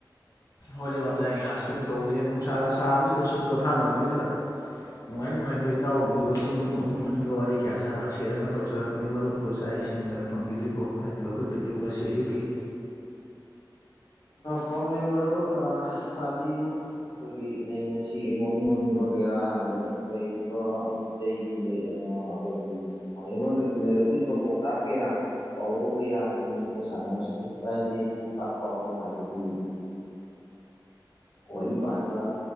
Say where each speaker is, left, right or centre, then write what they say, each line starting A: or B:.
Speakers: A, on the left; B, on the left.
A: ꯋꯥꯔꯤ ꯋꯥꯇꯥꯏ ꯉꯥꯏ ꯁꯨꯝ ꯇꯧꯁꯦ ꯅꯨꯡꯁꯥꯒ ꯁꯥꯕꯁꯤꯗ ꯁꯨꯝ ꯄꯣꯊꯥꯅꯔꯛꯄꯁꯤꯗ ꯅꯨꯡꯉꯥꯏ ꯅꯨꯡꯉꯥꯏꯕ ꯏꯇꯥꯎꯗꯨꯒ ꯁꯨꯝ ꯅꯣꯛꯅꯤꯡ ꯅꯣꯛꯅꯤꯡꯒ ꯋꯥꯔꯤ ꯀꯌꯥ ꯁꯥꯟꯅ ꯁꯦꯗꯅ ꯇꯧꯖꯔꯛ ꯅꯤ ꯃꯔꯨꯞꯄꯨ ꯆꯥꯛ ꯏꯁꯤꯡꯒꯗ ꯐꯪꯕꯤꯗ꯭ꯔꯤꯕꯣ ꯍꯥꯏꯗꯤ ꯂꯧꯈꯠꯄꯤꯗ꯭ꯔꯤꯕꯣ ꯉꯁꯤ ꯑꯌꯨꯛꯀꯤ
B: ꯐꯪꯅꯤ ꯃꯔꯨꯞ ꯁꯕꯤꯌꯨ ꯑꯩꯈꯣꯏꯒꯤ ꯅꯩꯅꯁꯤ ꯅꯣꯅꯤꯡ ꯅꯣꯅꯤꯡꯕ ꯀꯌꯥ ꯑꯗꯒꯤ ꯂꯩꯔꯤꯕ ꯑꯩꯒꯤ ꯂꯩ ꯑꯩꯈꯣꯏꯒꯤ ꯃꯩꯍꯧꯔꯣꯟꯗꯒꯤ ꯂꯩꯔꯛꯂꯤꯕ ꯄꯥꯎꯇꯥꯛ ꯀꯌꯥ ꯄꯥꯎꯔꯧ ꯀꯌꯥꯒꯤ ꯃꯔꯝꯗ ꯁꯥꯟꯅꯕꯁꯨ ꯀꯥꯏꯗꯦ ꯄꯥꯎꯔꯧ ꯍꯥꯏꯕꯗꯤ ꯑꯨꯍꯩ ꯄꯥꯟꯕ